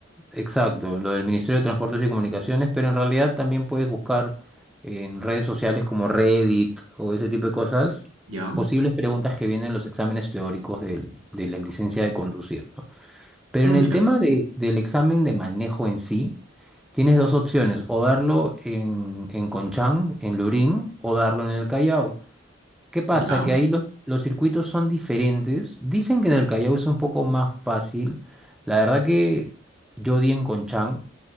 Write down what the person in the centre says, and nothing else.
exacto, lo del Ministerio de Transportes y Comunicaciones, pero en realidad también puedes buscar en redes sociales como Reddit o ese tipo de cosas
posibles preguntas que vienen en los exámenes teóricos del- de la licencia de conducir, ¿no? Pero
en
el tema de- del examen de manejo en sí, tienes dos opciones, o darlo en, en Conchán, en Lurín, o darlo en el Callao. ¿Qué pasa?
Que ahí los, los circuitos son diferentes. Dicen que en el Callao es un poco más fácil. La verdad que yo di en Conchán,